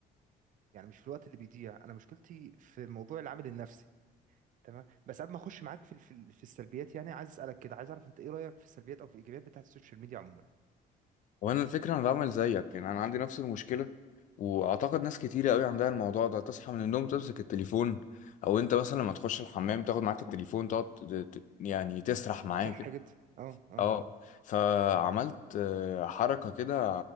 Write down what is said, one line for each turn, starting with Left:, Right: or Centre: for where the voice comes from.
Right: يعني مش في الوقت اللي بيضيع انا مشكلتي في موضوع العامل النفسي تمام بس قبل ما اخش معاك في في في السلبيات يعني عايز اسالك كده عايز اعرف انت ايه رايك في السلبيات او في الايجابيات بتاعت السوشيال ميديا عموما
Left: وانا الفكره انا بعمل زيك يعني انا عندي نفس المشكله واعتقد ناس كتيره قوي عندها الموضوع ده تصحى من النوم تمسك التليفون او انت مثلا لما تخش الحمام تاخد معاك التليفون تقعد ت- ت- يعني تسرح معاك
Right: صح جدا اه اه
Left: اه فعملت آه، حركة كده